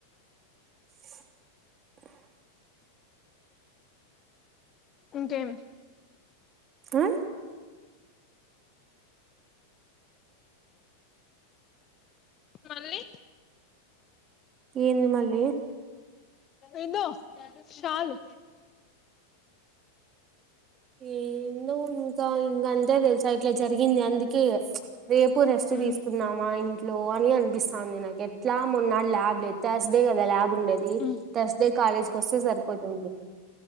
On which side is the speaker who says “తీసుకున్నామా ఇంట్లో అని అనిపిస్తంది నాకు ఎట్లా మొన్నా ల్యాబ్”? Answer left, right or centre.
Right